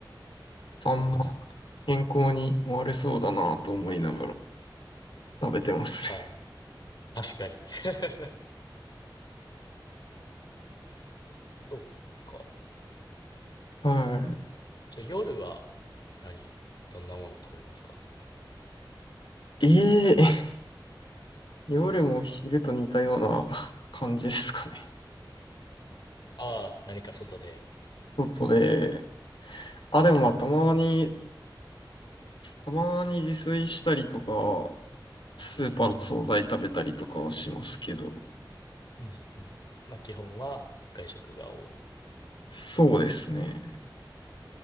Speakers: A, on the left; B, on the left.
A: そうか、
B: あんま健康に悪そうだなと思いながら
A: そうか。
B: 食べてますね。
A: ああ、確かに。<laughs> そうか。
B: は
A: じゃあ夜は何どんなもの食べますか
B: い。ええ <laughs> 夜も昼と似たような感じですかね。
A: ああ、何か外で。
B: 外で、あ、でもまあたまに、たまに自炊したりとか、スーパーの惣菜食べたりとかはしますけど、
A: うんうんうんうん。うんうん。まあ基本は外食が多い。
B: そうですね。